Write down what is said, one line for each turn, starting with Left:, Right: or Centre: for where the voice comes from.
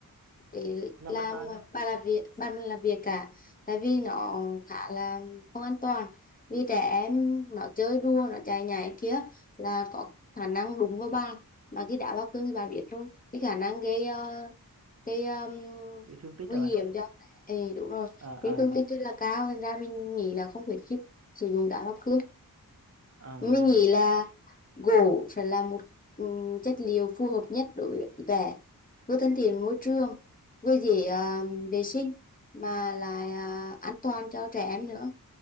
Left: để
Right: làm
Left: làm
Right: mặt bàn á
Left: bàn làm việc bàn làm việc cả tại vì nó khá là không an toàn vì trẻ em nó chơi đùa nó chạy nhảy kia là có khả năng đụng vào bàn mà khi đá hoa cương thì bạn biết rồi cái khả năng gây ờ, cái um,
Right: cái thương tích
Left: nguy
Right: rồi
Left: hiểm
Right: bạn
Left: cho Ê, đúng rồi
Right: à,
Left: cái tương
Right: à,
Left: tích rất là cao thành ra mình nghĩ là không khuyến khích sử dụng đá hoa cương
Right: à,
Left: mình nghĩ là gỗ sẽ là một ừm, chất liệu phù hợp nhất đối với vẽ vừa thân thiện với môi trường vừa dễ ờ, vệ sinh mà lại ờ, an toàn cho trẻ em nữa